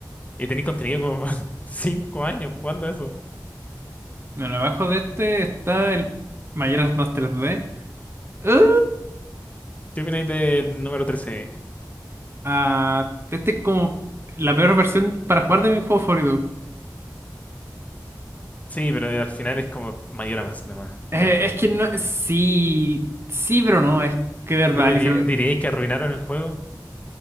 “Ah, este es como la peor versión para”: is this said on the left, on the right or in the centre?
Right